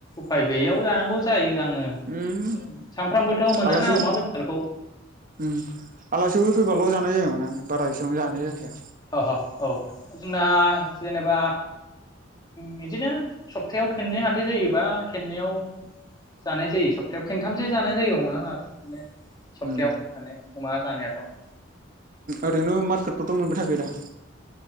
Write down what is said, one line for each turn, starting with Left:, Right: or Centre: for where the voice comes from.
Left: उफाय गैययाव जानौ जायो आं।
Right: उम
Left: सानफ्रामबोथ मोना
Right: आलासि
Left: ना अमा बेदरखौ।
Right: उम आलासिफोर फैबाल जानाय जायोमोना बारा एसेबां जानाय जाखाया।
Left: अह अह औ जोंना जेनेबा बिदिनो सप्थायायाव खेनै हााइ जायोबा खेननाव जानाय जायो सप्थायायाव खेनथामसो जानाय जायो हमना ला माने। सबप्तायाव
Right: उम
Left: माने अमा जानाया आरो थ
Right: ओरैनो मारकेटखौथ मोनबाय थाख दा?